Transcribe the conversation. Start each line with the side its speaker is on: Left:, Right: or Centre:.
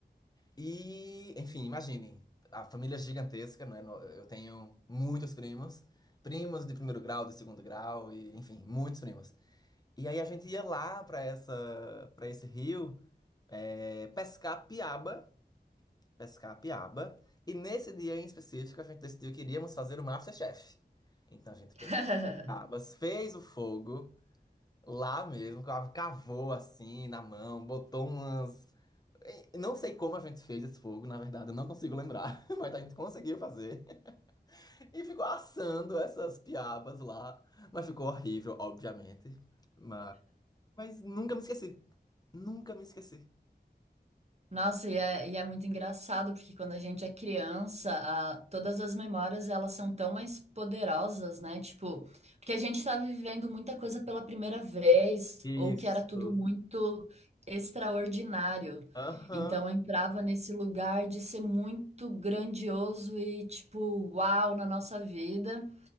Left: E, enfim, imagine, a família é gigantesca, não é? No- Eu tenho muitos primos, primos de primeiro grau, de segundo grau, e, enfim, muitos primos. E aí, a gente ia lá para essa, para esse rio, eh, pescar piaba pescar a piaba. E nesse dia em específico, a gente decidiu que iríamos fazer o MasterChef. Então a gente
Right: <laughs>
Left: pegou piabas, fez o fogo lá mesmo, ca- cavou assim na mão, botou umas. e Não sei como a gente fez esse fogo, na verdade, eu não consigo lembrar, <laughs> mas a gente conseguiu fazer. E ficou assando essas piabas lá. Mas ficou horrível, obviamente. Mas, mas nunca me esqueci. Nunca me esqueci.
Right: Nossa, e é, e é muito engraçado, porque quando a gente é criança, a- todas as memórias elas são tão mais poderosas, né? Tipo, porque a gente tá vivendo muita coisa pela primeira vez,
Left: Isso.
Right: ou que era tudo muito extraordinário.
Left: Aham.
Right: Então eu entrava nesse lugar de ser muito grandioso e, tipo, uau na nossa vida.